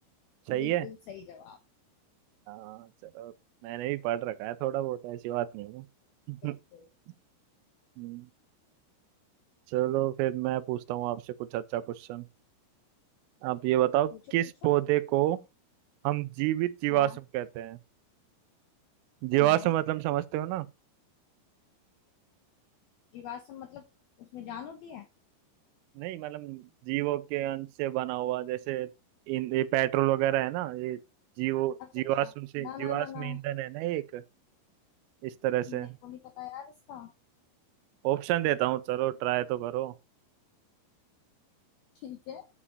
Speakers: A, on the right; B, on the left.
A: सही
B: बिल्कुल
A: है
B: सही जवाब
A: हाँ चलो मैंने भी पढ़ रखा है थोड़ा बहुत ऐसी बात नहीं है
B: बिल्कुल
A: <laughs> हम्म, चलो फिर मैं पूछता हूँ आपसे कुछ अच्छा क्वेश्चन आप ये बताओ
B: पूछो
A: किस
B: पूछो
A: पौधे को हम जीवित जीवाश्म
B: हाँ
A: कहते हैं जीवाश्म
B: है
A: मतलब समझते हो ना
B: जीवाश्म मतलब उसमें जान होती है
A: नहीं मतलब जीवों के अंश से बना हुआ जैसे इन ये पेट्रोल वगैरह है ना ये जीवो
B: अच्छा
A: जीवाश्म
B: अच्छा
A: से
B: ना
A: जीवाश्म
B: ना ना ना
A: ईंधन है ना एक इस तरह
B: मेरे
A: से
B: को नहीं पता यार इसका
A: ऑप्शन देता हूँ चलो ट्राई तो करो
B: ठीक है